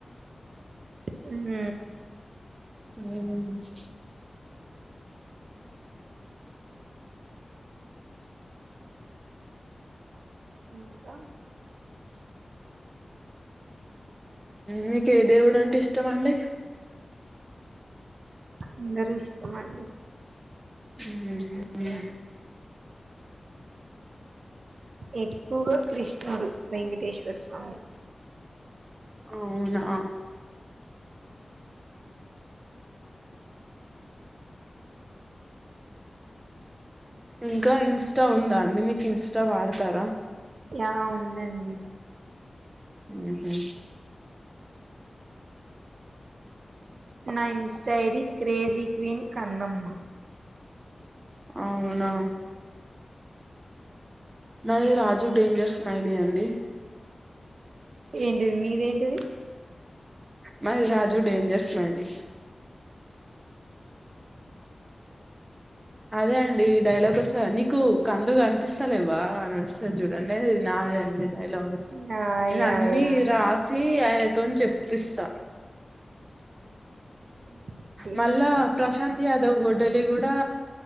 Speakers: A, on the right (about 80°); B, on the right (about 25°).
A: హ్మ్
B: హ్మ్
A: ఇంకా
B: మీకే దేవుడు అంటే ఇష్టం అండి
A: అందరూ ఇష్టం అండి
B: హ్మ్ మ్మ్
A: ఎక్కువగా కృష్ణుడు వెంకటేశ్వర స్వామి
B: అవునా ఇంకా ఇంస్టా ఉందా అండి మీకు ఇంస్టా వాడతారా
A: యా ఉందండి
B: ఊహూ
A: నా insta ID crazy queen Kannamma
B: అవునా మ రాజు డేంజర్ స్మైలీ అండి
A: ఏంటిది మీదెంటిది
B: మై రాజు డేంజర్ స్మైలింగ్ అదే అండి ఈ డైలాగ్ వస్తద నీకు కండ్లు కనిపిస్తలేవా అని వస్తంది చూడండి నాదే అండి డైలాగ్
A: యా యా
B: అన్నీ
A: యా
B: రాసి అ నితోని చెప్పపిస్తా
A: ఓకే
B: మళ్ళా ప్రశాంత్ యాదో గొడ్డలి గూడా